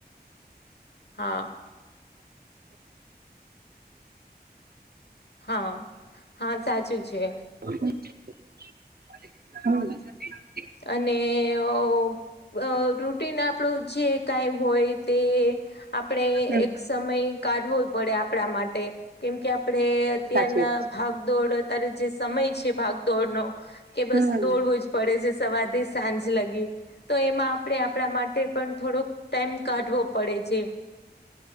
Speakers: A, on the left (about 75°); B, on the right (about 65°).
A: હા. હા હા સાચું છે.
B: <inaudible>
A: અનેઅ અ રૂટીન આપણું જે કાંઈ હોય તે આપણે
B: હમ
A: એક સમય કાઢવો પડે આપણા માટે કેમકે આપ અત્યારના
B: સાચી વાત
A: ભાગદોડ અત્યારે જે સમય છે, ભાગદોડનો કે
B: છે
A: બસ
B: હમ
A: દોડવું જ પડે છે, સવારથી સાંજ લગી તો એમાં આપણે આપણા મા ટે પણ થોડોક ટાઈમ કાઢવો પડે છે.